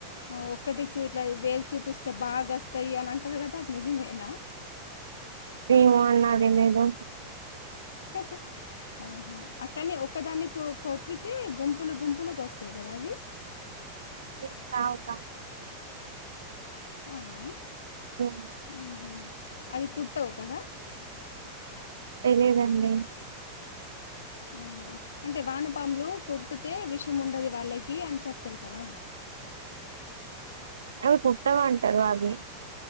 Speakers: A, on the left; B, on the right.
A: అ ఒక్కటి చూ ఇట్లా వేలు చూపిస్తే బాగ వస్తాయి అని అంటారు కదా అది నిజమేనా
B: ఏమో అది నాకు తెలియదు
A: హహ ఆహా అకాని ఒకదాన్ని కొ కొట్టితే గుంపులు గుంపులు గా వస్తాయి కదా అవి
B: <unintelligible> తాగుతా
A: ఆ ఆ
B: దేన్ని
A: ఉమ్ హా అవి కుట్టవు కదా
B: తెలిదండి
A: హు అంటే వానపాములు కుట్టితే విషముండదు వాళ్ళకి అని చెప్తారు కదా
B: అవి కుట్టవంటారు అవి